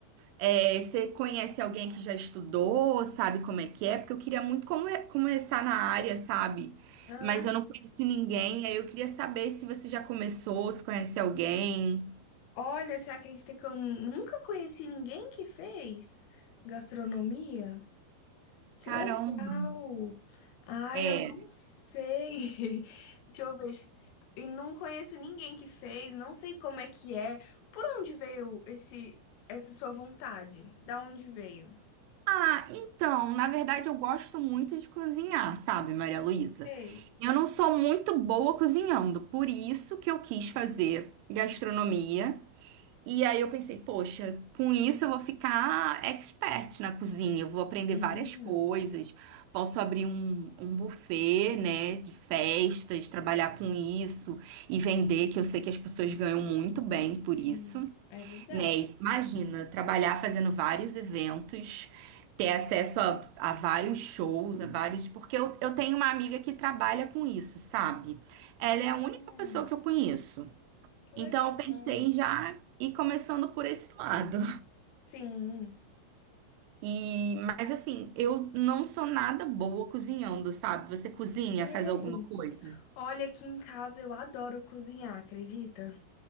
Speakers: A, on the right; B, on the left.
A: É, você conhece alguém que já estudou, sabe como é que é? Porque eu queria muito come- começar na área, sabe?
B: Ah,
A: Mas eu não conheço ninguém, aí eu queria saber se você já começou, se conhece alguém.
B: olha, você acredita que eu nunca conheci ninguém que fez gastronomia? Que
A: Caramba.
B: legal! Ai,
A: É.
B: eu não sei. <laughs> Deixa eu ver. E não conheço ninguém que fez, não sei como é que é. Por onde veio esse essa sua vontade? Da onde veio?
A: Ah, então, na verdade eu gosto muito de cozinhar, sabe, Maria Luísa?
B: Sei.
A: Eu não sou muito boa cozinhando, por isso que eu quis fazer gastronomia. E aí eu pensei, poxa, com isso eu vou ficar expert na cozinha, eu vou aprender
B: Sim,
A: várias coisas, posso abrir um, um buffet, né, de festas, trabalhar com isso e vender, que eu sei que as pessoas ganham muito bem por
B: sim,
A: isso,
B: é verdade.
A: né? E Imagina, trabalhar fazendo vários eventos, ter acesso a, a vários shows, a vários. Porque eu, eu tenho uma amiga que trabalha com isso, sabe? Ela
B: Ah,
A: é a única pessoa que eu conheço.
B: que
A: Então
B: legal.
A: eu pensei já ir começando por esse lado.
B: Sim.
A: E, mas assim, eu não sou nada boa cozinhando, sabe? Você cozinha,
B: Sério?
A: faz alguma coisa?
B: Olha, aqui em casa eu adoro cozinhar, acredita?